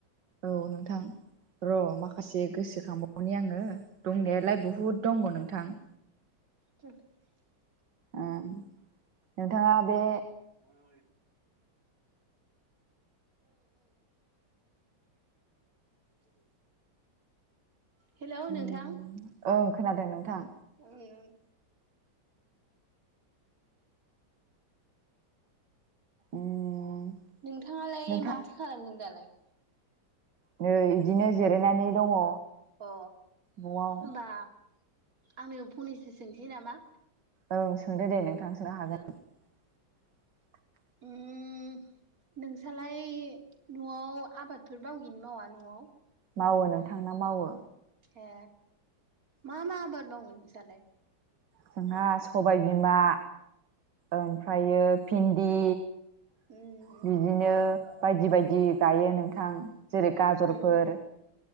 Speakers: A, on the right; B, on the right.
A: औ नोंथां र' माखासे गोसोखांबावनि आङो दंनायालाय बहुद दमोन नोंथां <inaudible>
B: <inaudible>
A: ओ नोंथाङा बे
B: औ औ <inaudible> हेलौ
A: उम
B: नोंथां
A: ओं खोनादों नोंथां
B: ओं ओं
A: उम
B: नोंथाङालाय
A: नोंथां
B: माथो खालामदों दालाय
A: नै इदिनो जिरायनानै दङ
B: अ
A: न'आव
B: होनबा आंनो फंनैसो सोंसै नामा
A: औ सोंदो दे नोंथां सोनो हागोन
B: ओ
A: <inaudible>
B: उम उम नोंसालाय न'आव आबादफोर बावगैनो मावा न'आव
A: मावो नोंथांना मावो
B: ए मा मा आबाद मावो नोंसालाय
A: जोंहा सबायबिमा ओमफ्रायो फिन्दि
B: उम उम
A: बिदिनो बायदि बायदि गायो नोंथां जेरै गाजरफोर
B: उम